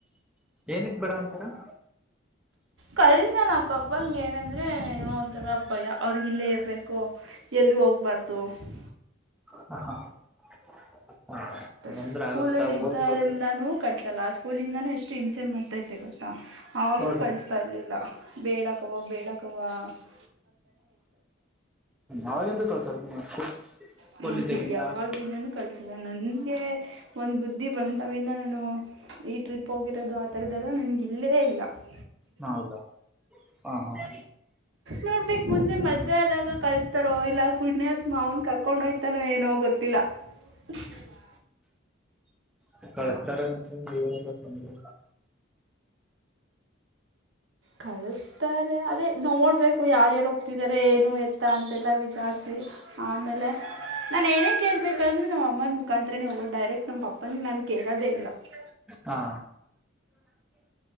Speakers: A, in the centre; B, on the right.
A: ಏನಕ್ ಬೇಡಾ ಅಂತರ. <unintelligible>
B: ಕಳಸಲ್ಲ ನಮ್ಮ ಪಪ್ಪನಗೆ ಏನೆಂದ್ರರೆ ಏನೋ ಒಂಥರ ಭಯ ಅವ್ರಿಗೆ ಇಲ್ಲೇ ಇರಬೇಕು. <unintelligible> ಎಲ್ಲಿ ಹೋಗ್ಬಾರ್ದು. <unintelligible>
A: <unintelligible>
B: ಸ್ಕೂಲಲ್ಲಿ
A: ಅಂದ್ರೆ ಆಗುತ್ತಾ
B: ಇದ್ದಾಗಿಂದಲೂ.
A: ಹೋಗ್ಬೇಕು
B: <unintelligible> ಕಳಸಲ್ಲ ಆ ಸ್ಕೂಲಿಂದಾನೂ ಎಷ್ಟು ಹಿಂಸೇ ಮಾಡ್ತಾತೆ ಇದ್ದೇ ಗೊತ್ತಾ ಆವಾಗೂ
A: ಹೌದು
B: ಕಲಿಸ್ತಾ ಇರ್ಲಿಲ್ಲ ಬೇಡ <unintelligible> ಕವಾ ಬೇಡ ಕವಾ. <unintelligible>
A: ಅವಾಗಿಂದ ಕಳಸಲ್ವಾ ಸ್ಕೂಲ್
B: ಹ್ಞೂ
A: ಇದ್ದಾಗಿಂದ.
B: ಹ್ಞೂ ಯಾವಾಗಿಂದನೂ
A: <inaudible> <inaudible>
B: ಕಳಿಸಿಲ್ಲ ನನ್ನಗೆ <unintelligible> ಒಂದ ಬುದ್ಧಿ ಬಂದಾವಿನ್ ನಾನು ಈ ಟ್ರಿಪ್ ಹೋಗಿರೋದು ಆತರದ್ದ ಎಲ್ಲ ನನ್ಗೆ ಇಲ್ಲೇ ಇಲ್ಲ. <unintelligible>
A: ಹಾ ಹೌದಾ ಹಾ ಹಾ. <inaudible>
B: ನೋಡಬೇಕ್ ಮುಂದೆ ಮದ್ವೆ ಆದಾಗ ಕಲ್ಸ್ತಾರೋ ಇಲ್ಲ ಪುಣ್ಯಾತ್ಮ ಅವನ್ ಕರ್ಕೊಂಡ್ ಹೋಯ್ತಾನ <unintelligible> ಏನೋ ಗೊತ್ತಿಲ್ಲ. <unintelligible> <inaudible>
A: ಹೂ ಕಳಸ್ತಾರೆ ಅಂತ ಜೀವನ ಎಲ್ಲ ತೊಂದ್ರೆ. <inaudible> <unintelligible>
B: ಕಳಸ <unintelligible> ತ್ತಾರೆ ಅದೇ ನೋಡ್ಬೇಕು ಯಾರ ಯಾರ ಹೋಗ್ತಿದಿದ್ದಾರೆ ಏನು ಎತ್ತ ಅಂತೆಲ್ಲ ವಿಚಾರಿಸಿ. <unintelligible> ಆಮೇಲೆ. <unintelligible> ನಾನು ಏನೇ ಕೇಳ್ಬೇಕಾದ್ರೂ ನಮ್ಮ ಅಮ್ಮನ ಮುಖಾಂತರನೇ ಹೋಗೋದು ಡೈರೆಕ್ಟ್ ನಮ್ಮ ಪಪ್ಪನ ನಾನು ಕೇಳೋದೇ ಇಲ್ಲ. <inaudible> <unintelligible>
A: ಹಾ.